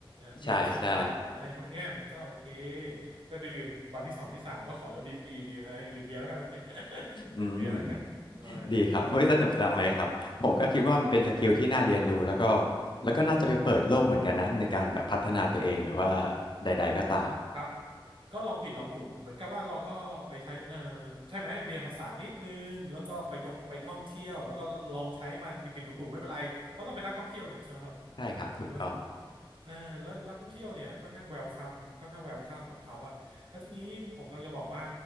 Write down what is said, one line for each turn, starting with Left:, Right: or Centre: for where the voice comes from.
Right: เบียร์ชิงเต่าอะไรพวกเนี้ยมันก็โอเค
Left: ใช่ใช่
Right: ก็ดื่มวันที่สองที่สามก็ขอลดดีกรีไอ้ดื่มเบียร์แล้วกัน <laughs>
Left: อืม
Right: ดื่มเบียร์แล้วกันประมาณเนี้ยก็ก็ดี
Left: ดีครับเว้ยสนุกจังเลยครับผมก็คิดว่ามันเป็นสกิลที่น่าเรียนรู้แล้วก็
Right: ดีครับ
Left: แล้วก็น่าจะไปเปิดโลกเหมือนกันนะในการแบบพัฒนาตัวเองหรือว่าใดๆก็ตาม
Right: ครับก็ลองผิดลองถูกเหมือนกับว่าเราก็ไปใช้เออใช่ไหมเรียนภาษานิดนึงแล้วก็ไปท่องไปท่องเที่ยวแล้วก็ลองใช้มันผิดผิดถูกถูกๆไม่เป็นไรเพราะเราเป็นนักท่องเที่ยวนี่ใช่ไหมครับ
Left: ใช่ครับถูกต้อง
Right: ถูกไหม เออแล้วนักท่องเที่ยวเนี่ยค่อนข้างเวลคัมค่อนข้างเวลคัมอ่ะเขาอ่ะแล้วทีนี้ผมกำลังจะบอกว่า